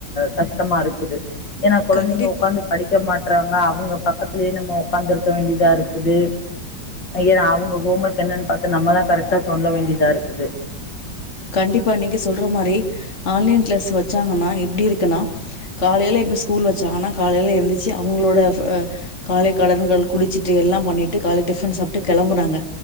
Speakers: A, on the left; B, on the left.
A: கஷ்டமா இருக்குது ஏனா குழந்தைங்க
B: கண்டிப்பா
A: உட்காந்து படிக்க மாட்ட றாங்க அவங்க பக்கத்துலேயே நம்ம உட்காந்து இருக்க வேண்டியதா இருக்குது ஏ அவங்க ஹோ ஒர்க் என்னன்னு பாத்து நம்மதா கரெக்டா சொல்ல வேண்டியதா இருக்குது
B: கண்டிப்பா நீங்க சொல்ற மாரி ஆன்லைன் கிளாஸ் வச்சாங்கன்னா எப்படி இருக்குன்னா காலையில இப்ப ஸ்கூல் வச்சாங்கன்னா காலையில எழுந்திச்சு அவங்களோட ஆஹ் காலை கடன்கள் குளிச்சுட்டு எல்லாம் பண்ணிட்டு காலை டிஃபன் சாப்பிட்டு கிளம்புறாங்க